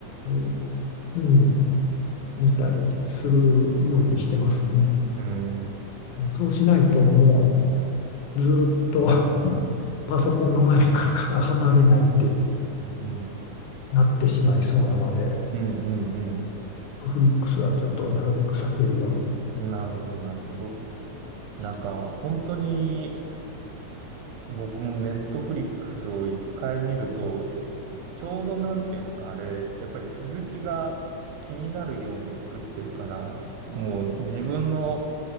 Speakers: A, on the left (about 85°); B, on the right (about 75°).
A: うん、見たりするようにしてますね。
B: うーん、
A: そうしないともうずーっと <laughs> パソコンの前から離れないって
B: うんうん、うん、
A: なってしまいそうなので。
B: うん、うん。
A: トフリックスはちょっとなるべく避けるように
B: なるほど、なるほど。なんか、
A: して。
B: 本当に、僕もネットフリックスを一回見ると、ちょうどなんていうんですか、あれ、やっぱり続きが気になるように作ってるから、もう自分の